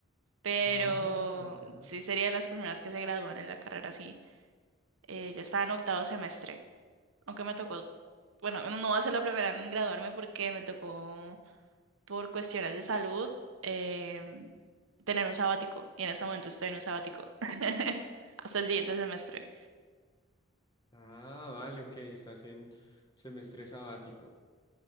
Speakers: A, on the right (about 70°); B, on the left (about 20°).
A: pero
B: Ah, ya.
A: sí sería de las primeras que se gradúan en la carrera, sí. Eh, ya estaba en octavo semestre, aunque me tocó, bueno, no va a ser la primera en graduarme porque me tocó por cuestiones de salud, em, tener un sabático. Y en ese momento estoy en un sabático. <laughs> Hasta el siguiente semestre.
B: Ah, vale, ok, estás en semestre sabático.